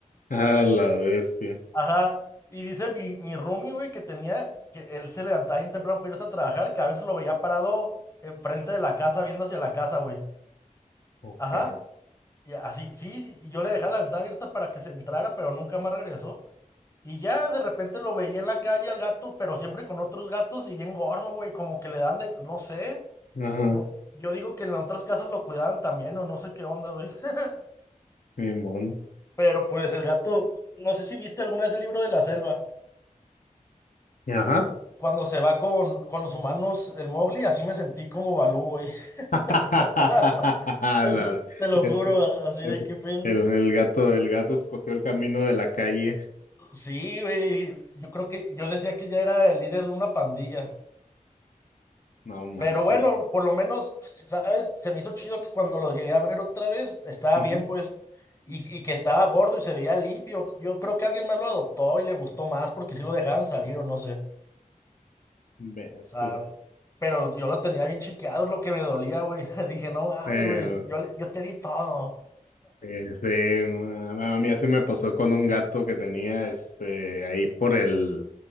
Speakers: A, on the left; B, on the left.
A: A la bestia.
B: Ajá. Y dice mi, mi roomie, güey, que tenía, que él se levantaba bien temprano para irse a trabajar, que a veces lo veía parado enfrente de la casa, viendo hacia la casa, güey.
A: Ok.
B: Ajá. Y así, sí, y yo le dejaba la ventana abierta para que se entrara, pero nunca más regresó. Y ya de repente lo veía en la calle al gato, pero siempre con otros gatos y bien gordo, güey, como que le dan de, no sé,
A: Ajá,
B: no, yo digo que en otras casas lo cuidaban también o no sé qué onda, güey. <laughs>
A: mi mon.
B: Pero pues el gato, no sé si viste alguna vez el libro de la selva.
A: Y Ajá.
B: Cuando se va con, con los humanos, el Mowgli, así me sentí como Balú, güey.
A: <laughs>
B: <laughs>
A: La-
B: Te, te lo
A: ese-
B: juro, así
A: ese-
B: de qué pedo.
A: el, el gato, el gato escogió el camino de la calle.
B: Sí, güey. Yo creo que yo decía que ya era el líder de una pandilla.
A: No manches.
B: Pero bueno, por lo menos, ¿sabes? Se me hizo chido que cuando lo llegué a ver otra vez, estaba
A: Ujú.
B: bien, pues. Y, y que estaba gordo y se veía limpio. Yo creo que alguien más lo adoptó y le gustó más porque sí lo dejaban salir o no sé.
A: Bestia.
B: sabe Pero yo lo tenía bien chiqueado, es lo que me dolía, güey. <laughs> Dije, no mames,
A: Sí, no.
B: güey, es- yo, le- yo te di todo.
A: Este, no, no, a mí así me pasó con un gato que tenía, este, ahí por el,